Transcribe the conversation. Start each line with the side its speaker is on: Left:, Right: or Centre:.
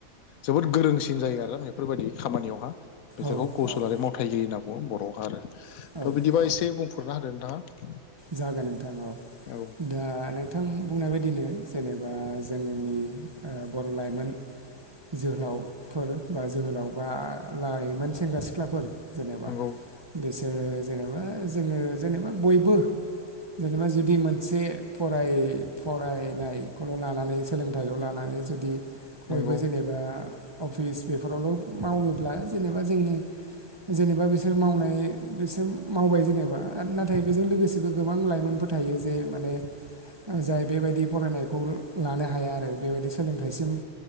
Left: जोबोद गोरोंसिन सिन जायो नाला बेफोरबायदि खामानियावहा बिसोरखौ
Right: औ
Left: कौसलारि मावथायगिरि होनना बुङो बर'हा आरो थ'
Right: औ
Left: बिदिबा
Right: औ
Left: एसे बुंफोरना होदो नोंथाङा
Right: जागोन नोंथां औ
Left: औ
Right: दा नोंथां बुंनाय बायदिनो जेनेबा जोंनि ओ बर' लाइमोन जोहोलावफोर बा जोहोलाव बा लाइमोन सेंग्रा सिख्लाफोर जेनेबा
Left: नंगौ
Right: बिसोरो जेनेबा जोङो जेनेबा बयबो जेनेबा जुदि मोनसे फराय फरायनायखौल' लानानै सोलोंथाइल' लानानै जु दि
Left: नंगौ
Right: बयबो जेनेबा अफिस बेफोरावल' मावोब्ला जेनेबा जोङो जेनेबा बिसोर मावनाय बिसोर मावबाय जेनेबा नाथाय बेजों लोगोसे गासिबो गोबां लाइमोनफोर थायो जे माने जाय बेबायदि फरायनायखौ लानो हाया आरो बेबायदि सोलोंथाइसिम